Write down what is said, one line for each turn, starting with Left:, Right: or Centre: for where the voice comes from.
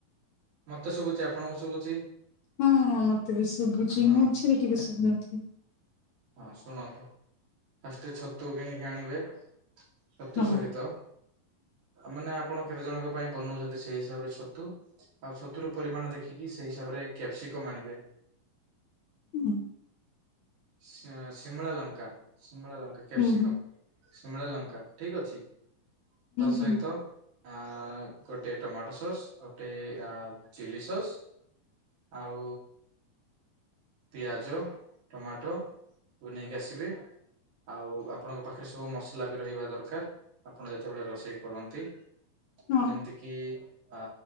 Right: ମତେ ଶୁଭୁଛି ଆପଣଙ୍କୁ ଶୁଭୁଛି?
Left: ହଁ ହଁ ମତେ ବି ଶୁଭୁଛି
Right: ହଁ
Left: ମଝିରେ ଟିକେ ଶୁଭୁନଥିଲା।
Right: ହଁ ଶୁଣନ୍ତୁ ଫାଷ୍ଟ ଛତୁ କିଣିକି ଆଣିବେ। ଛତୁ
Left: ହଁ
Right: ସହିତ ମାନେ ଆପଣ କେତେ ଜଣଙ୍କ ପାଇଁ ବନୋଉଛନ୍ତି ସେଇ ହିସାବରେ ଛତୁ। ଆଉ ଛତୁର ପରିମାଣ ଦେଖିକି ସେଇ ହିସାବରେ କ୍ୟାପ୍ସିକମ୍ ଆଣିବେ।
Left: ହୁଁ।
Right: ଶିମଳା ଲଙ୍କା- ଶିମଳା ଲଙ୍କା କ୍ୟାପ୍ସିକମ୍।
Left: ହୁଁ ହୁଁ
Right: ଶିମଳା ଲଙ୍କା ଠିକ୍ ଅଛି ତା ସହିତ
Left: ହୁଁ
Right: ଆ ଗୋଟେ ଟୋମାଟୋ ସସ୍, ଗୋଟେ ଚିଲ୍ଲି ସସ୍ ଆଉ ପିଆଜ ଟୋମାଟୋ କୁ ନେଇକି ଆସିବେ। ଆଉ ଆପଣଙ୍କ ପାଖରେ ସବୁ ମସଲା ବି ରହିବା ଦରକାର ଆପଣ ଯେତେବେଳେ ରୋଷେଇ କରନ୍ତି।
Left: ହଁ
Right: ଯେମିତି କିି ଆ